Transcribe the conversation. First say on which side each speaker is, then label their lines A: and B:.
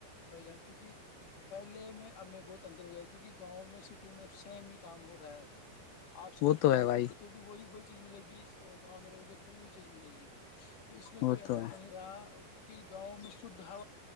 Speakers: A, on the left; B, on the left.
A: بھائی جان کیونکہ پہلے میں اب میں بہت اندر ہو گیا کیونکہ گاؤں میں سٹی میں سیم ہی کام ہو رہا ہے آپ س
B: وہ تو ہے
A: ہو
B: بھائی
A: گی تو بھی وہی ب چیز ملے گی اور گاؤں میں رہو گے تو وہ چیز ملے گی تو اس میں
B: وہ
A: کوئی انتر
B: تو ہے
A: نہیں رہا اور کی کہ گاؤں میں شھ ہا